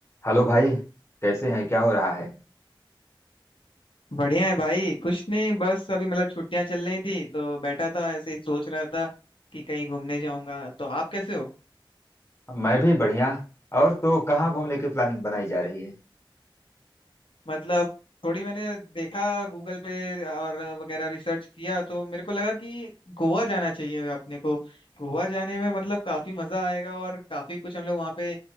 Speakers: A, on the left; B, on the left.
A: Hello भाई कैसे हैं क्या हो रहा है
B: बढ़िया है भाई कुछ नहीं बस अभी मतलब छुट्टियां चल रही थी तो बैठा था ऐसे ही सोच रहा था कि कहीं घूमने जाऊंगा तो आप कैसे हो
A: मैं भी बढ़िया और तो कहाँ घूमने की प्लानिंग बनाई जा रही है
B: मतलब थोड़ी मैंने देखा गूगल पे और वगैरह रिसर्च किया तो मेरे को लगा कि गोवा जाना चाहिए अपने को गोवा जाने में मतलब काफी मजा आएगा और काफी कुछ हम लोग वहाँ पे